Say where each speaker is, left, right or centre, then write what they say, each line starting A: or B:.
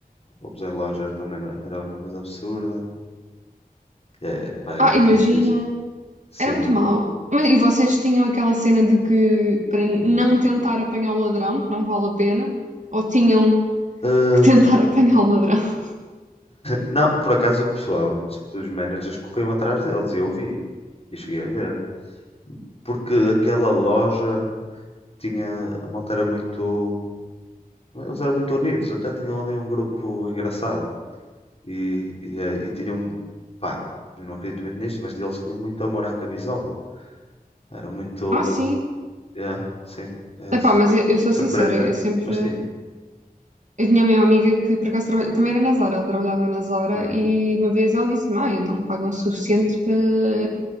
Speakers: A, on the left; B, on the right.
A: roubos em loja também era, era uma coisa absurda. É, pá, é
B: Ah,
A: muito
B: imagino,
A: difícil. Sim.
B: era muito mau. Mas, e vocês tinham aquela cena de que para não
A: hum.
B: tentar apanhar o ladrão, que não vale a pena, ou tinham
A: Hum,
B: que tentar <laughs> apanhar o ladrão? <laughs>
A: não, por acaso o pessoal, sobretudo os managers, corriam atrás deles e eu vi. E cheguei a ver. Porque aquela loja tinha. A malta era muito. Eles eram muito unidos, até tinham ali um grupo engraçado. E, e, eh, e tinham. Pá, eu não acredito muito nisto, mas eles tinham muito amor à camisola. Era muito.
B: Ah, sim.
A: Yeah, sim. É
B: Epá,
A: su-
B: mas eu, eu sou
A: surpreendente,
B: sincera, eu sempre
A: mas tinha.
B: Eu tinha uma amiga que por acaso trabalha, também era na Zara, ela trabalhava na Zara
A: Hum,
B: e uma vez ela disse: Mãe, não me pagam o suficiente para